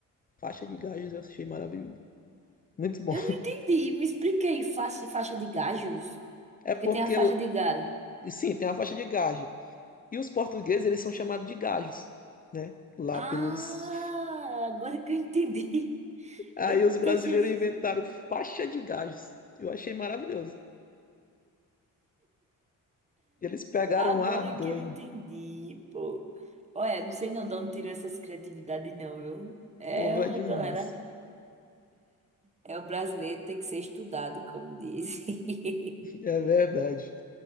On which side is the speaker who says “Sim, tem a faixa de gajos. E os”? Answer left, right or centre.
Left